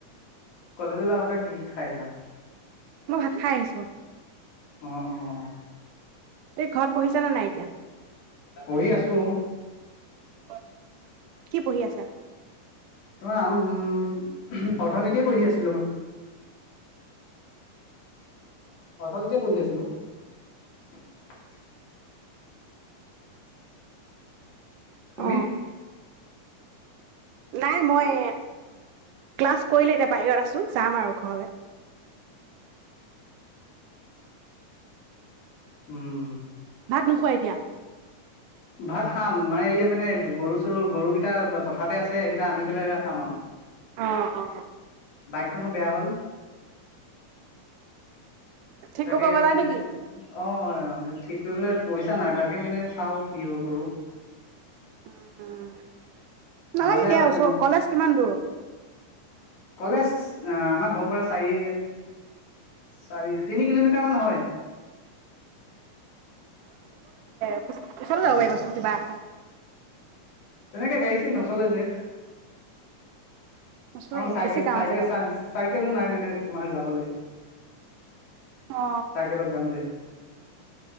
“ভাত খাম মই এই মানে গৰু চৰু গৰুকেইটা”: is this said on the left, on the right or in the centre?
Left